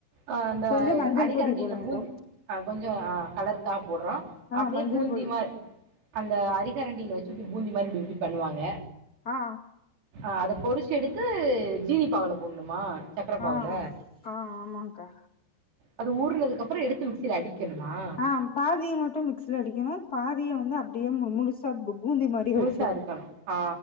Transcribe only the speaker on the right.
அ அந்த
அரிகரண்டியில
பூந்தி ஆ கொஞ்சோ அ கலருக்காக போட்றோ
அப்படியே
பூந்தி
மாரி அந்த அரிகரண்டியில வச்சு இப்புடி பூந்தி மாதிரி இப்டி இப்டி பண்ணுவாங்க
ஆ அத பொறிச்சு எடுத்து ஜீனி பாவ்ல போட்ணுமா சக்கர பாவ்ல
அது ஊறனதுக்கு அப்புறோ எடுத்து மிக்சில அடிக்கணுமா
முழுசா
இருக்கணு ஆ